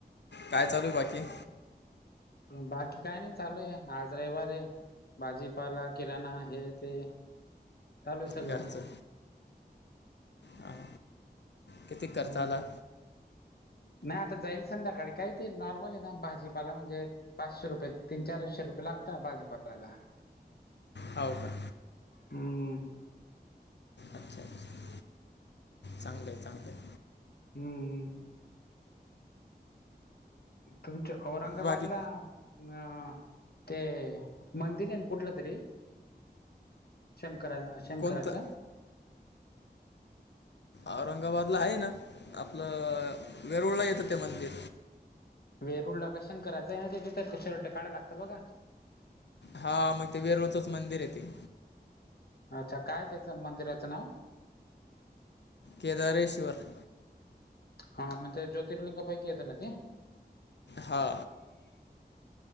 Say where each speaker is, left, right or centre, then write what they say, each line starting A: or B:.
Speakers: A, on the left; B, on the left.
A: काय चालूय बाकी?
B: बाकी काय नाही चालूय आज रविवार आहे. भाजीपाला किराणा हे ते चालू आहे सगळं.
A: घरचं हां किती
B: हम्म
A: खर्च आला?
B: नाही आता जाईल संध्याकाळी काही ते नॉर्मल आहे ना. भाजीपाला म्हणजे, पाचशे रुपये तीन चारशे रुपये लागतं भाजी पाल्याला.
A: हौ का.
B: हम्
A: अच्छा अच्छा, चांगलं ये चांगलं ये.
B: हम्म हम्म. तुमच्या औरंगाबादला.
A: बाकी
B: हा ते मंदिर आहे ना कुठलं तरी. शंकरा- शंकराच.
A: कोणतं औरंगाबादला आहे ना आपलं वेरुळला येतं ते मंदिर.
B: वेरुडला का शंकराचा आहे ना ते तथं शर्ट काढायला लागतात बघा.
A: हा मंग ते वेरूळच्या मंदिर आहे ते.
B: अच्छा काय त्याचं मंदिराचं नाव.
A: केदारेश्वर.
B: हा मग ते ज्योतर्लिंग पैकी येत ना ते?
A: हा.